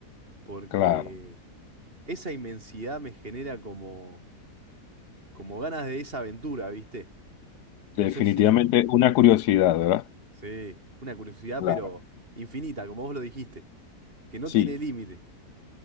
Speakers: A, on the right; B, on the left.
A: Porque
B: claro.
A: esa inmensidad me genera como, como ganas de esa aventura, ¿viste?
B: Definitivamente
A: No sé si,
B: una curiosidad, ¿verdad?
A: sí, una curiosidad,
B: Claro,
A: pero infinita, como vos lo dijiste, que no
B: sí.
A: tiene límite.